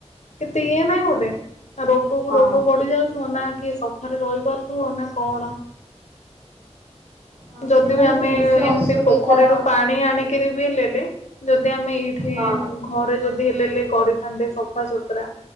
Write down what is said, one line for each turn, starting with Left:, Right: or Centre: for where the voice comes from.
Left: କେତେ ଇଏ ନାଇଁ ଗୋଟେ! ରୋଗ କୁ
Right: ହଁ
Left: ରୋଗ ବଢି ଯାଉଥିବ ନା କିଏ ସଫାରେ ରହିପାରୁଥିବ ନା କଣ!
Right: ହଁ
Left: ଯଦି
Right: ସେମାନେ
Left: ବି ଆମେ
Right: ତ ବେଶୀ
Left: ଏମିତି
Right: ଅସୁବିଧାର
Left: ପୋଖରୀରୁ ପାଣି ଆଣିକିରି ବି ନେଲେ- ଯଦି ଆମେ ଏଇଠି
Right: ହଁ
Left: ଘରେ ଯଦି ହେଲେଲେ କରିଥାନ୍ତେ ସବ ସଫାସତୁରା